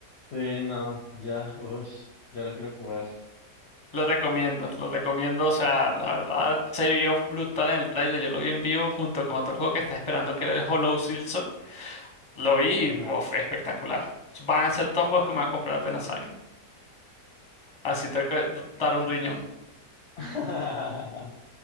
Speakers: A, on the left; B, on the left.
A: Sí, no, ya, uff, ya lo quiero jugar.
B: Lo recomiendo, lo recomiendo. O sea, la verdad se vio brutal en el tráiler. Yo lo vi en vivo junto con otro juego que estaba esperando que era el Hollow Silson. Lo vi
A: Ajá.
B: y uf, espectacular. Van a ser dos juegos que me va a comprar apenas salgan. Así tengo que dar un riñón.
A: <laughs>